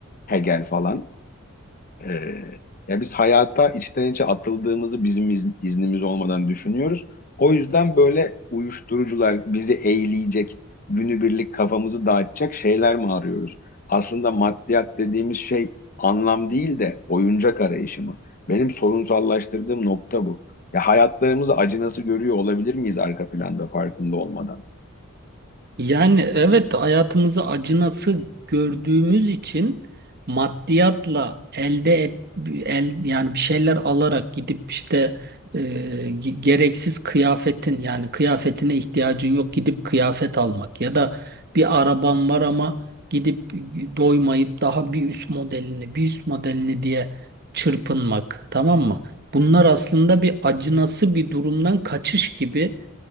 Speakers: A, on the left; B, on the right.
A: Hegel falan. Ee, ya biz hayata içten içe atıldığımızı bizim iz- iznimiz olmadan düşünüyoruz. O yüzden böyle uyuşturucular bizi eğleyecek, günübirlik kafamızı dağıtacak şeyler mi arıyoruz? Aslında maddiyat dediğimiz şey anlam değil de oyuncak arayışı mı? Benim sorunsallaştırdığım nokta bu. Ya hayatlarımızı acı nasıl görüyor olabilir miyiz arka planda farkında olmadan?
B: Yani evet hayatımızı acınası gördüğümüz için maddiyatla elde et el yani bir şeyler alarak gidip işte e, ge- gereksiz kıyafetin yani kıyafetine ihtiyacın yok gidip kıyafet almak ya da bir araban var ama gidip doymayıp daha bir üst modelini bir üst modelini diye çırpınmak tamam mı? Bunlar aslında bir acınası bir durumdan kaçış gibi